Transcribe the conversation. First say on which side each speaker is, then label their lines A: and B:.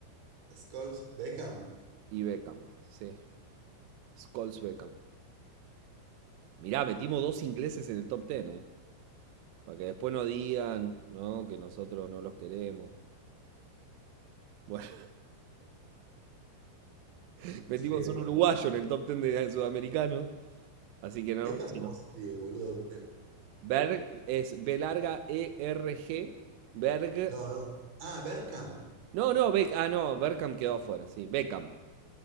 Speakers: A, on the right; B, on the right.
A: Scholes, Beckham.
B: Y Beckham. Sí. Scholes Beckham. Mirá, metimos dos ingleses en el top diez eh. Para que después no digan, ¿no? Que nosotros no los queremos. Bueno, <laughs> metimos
A: ¿Cómo se escribe
B: un
A: Beckham?
B: uruguayo en el top 10 de sudamericanos. Así que no,
A: Beckham,
B: si
A: ¿cómo
B: no.
A: se escribe, boludo? Eh,
B: Berg es B larga E R G. Berg.
A: No, no. Ah, Bergkamp.
B: No, no, Beck, ah, no, Beckham quedó afuera, sí. Beckham.